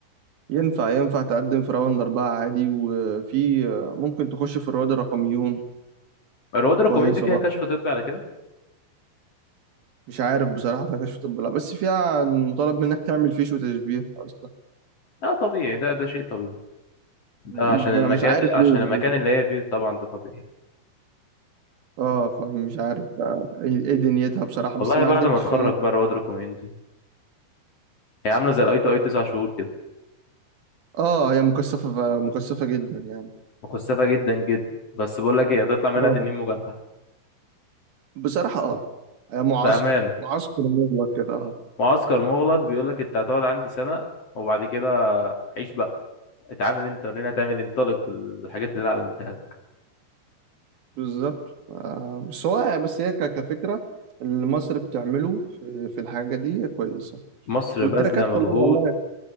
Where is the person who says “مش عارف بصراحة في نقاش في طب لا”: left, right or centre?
Right